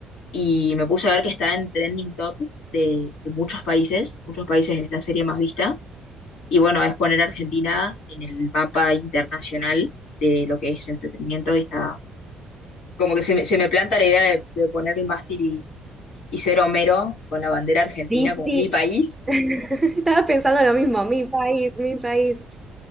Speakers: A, on the left; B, in the centre.
A: y me puse a ver que está en trending top de, de muchos países, muchos países es la serie más vista, y bueno, es poner a Argentina en el mapa internacional de lo que es entretenimiento y está como que se me, se me planta la idea de, de poner el mástil y, y ser Homero con la bandera argentina
B: Sí,
A: como
B: sí,
A: mi país.
B: <laughs> estaba pensando lo mismo, mi país, mi país.